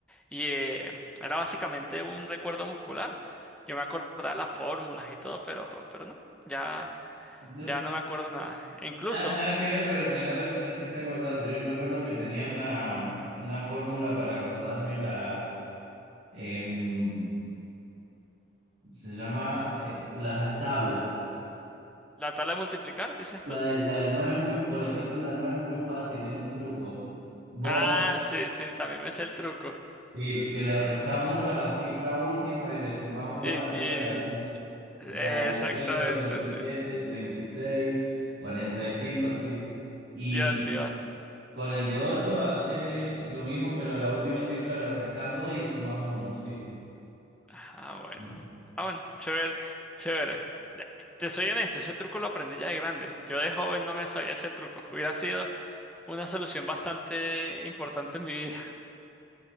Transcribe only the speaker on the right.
Yo-
na- nada, que ver, pero mirá lo que me hiciste acordar. Yo me acuerdo que tenía una, una fórmula para acordarme la... em, se llama eh, las tablas.
La,
de- la del 9 es muy, por ejemplo, la 9 es muy fácil, es un truco. Vos...
Sí, que le restas uno a la cifra última y le sumas uno
a la
primera, sí.
Te da dieciocho veintisiete
treinta y seis cuarenta y cinco así. Y
con el de 8 haces lo mismo, pero a la última cifra le restas 2 y sumas uno así.
<laughs>